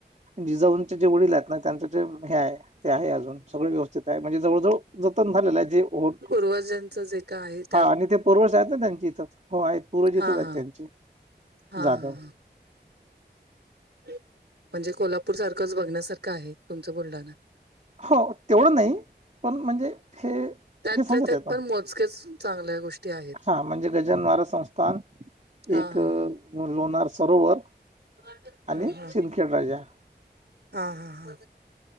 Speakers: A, on the right; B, on the right.
A: जिजाऊचे जे वडील आहेत ना, त्यां- हे आहे, ते आहे, अजून सगळ व्यवस्थित आहे. म्हणजे जवळ जवळ जतन झालेलं आहे जे होन.
B: पुर्वजांच जे काय आहेत,
A: हा आणि ते पूर्वज आहेत ना त्यांची इथं, हो आहेत पूर्वज इथंच
B: हा
A: आहेत
B: हा
A: त्यांचे,
B: हा
A: जाधव.
B: हा हा म्हणजे कोल्हापूर सारखंच बघण्यासारखं आहे, तुमचं बुलढाना.
A: हो, तेवढं नाही. पण म्हणजे हे,
B: त्यातल्या
A: हे सांगत
B: त्यात
A: आहेेत ना.
B: पण मोजकेच चांगल्या गोष्टी आहेत
A: हा म्हणजे गजानन महाराज संस्थान,
B: हा
A: एक
B: हा
A: लोणार सरोवर,
B: हा
A: आणि
B: हा
A: सिंदखेड राजा.
B: हा हा हां.